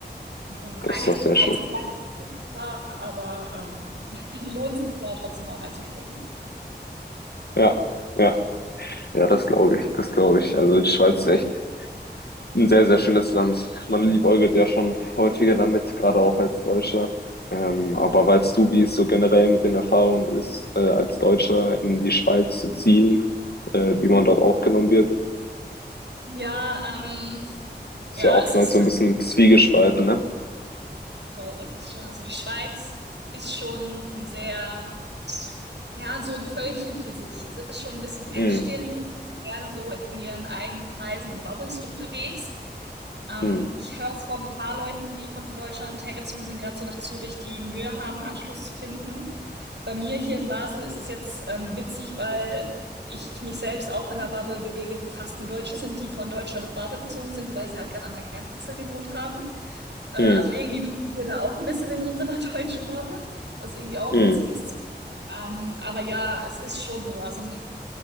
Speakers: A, on the right; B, on the left.
A: Mit so einem
B: Das
A: Eis,
B: ist doch sehr schön.
A: Eisfall da, aber ähm, <laughs> lohnt sich da trotzdem mal reinzuspringen.
B: Ja, ja, ja, das glaube ich, das glaube ich. Also die Schweiz ist echt ein sehr, sehr schönes Land. Man liebäugelt ja schon häufiger damit, gerade auch als Deutscher. Ähm, aber weißt du, wie es so generell mit den Erfahrungen ist, äh, als Deutscher in die Schweiz zu ziehen, äh, wie man dort aufgenommen wird?
A: Ja, ähm,
B: Ist
A: ja,
B: ja oftmals
A: es ist
B: so ein bisschen zwiegespalten, ne?
A: Voll, das ist schon, also die Schweiz ist schon ein sehr, ja, so ein Völkchen für sich. Es ist schon ein bisschen engstirnig
B: Mhm.
A: und sind gerne so in ihren eigenen Kreisen und Bubbles unterwegs. Ähm,
B: Mhm.
A: ich höre es von ein paar Leuten, die von Deutschland hergezogen sind, gerade so nach Zürich, die Mühe haben, Anschluss zu finden. Bei mir hier in Basel ist es jetzt ähm, witzig, weil ich mich selbst auch in einer Bubble bewege, die fast nur Deutsche sind, die von Deutschland nach Basel gezogen sind, weil sie halt gerade an der Grenze gewohnt haben. Äh,
B: Mhm.
A: also irgendwie bleiben wir da auch ein bisschen in unserer <laughs> deutschen Bubble, was irgendwie auch
B: Mhm.
A: witzig ist. Ähm, aber ja, es ist schon so. Also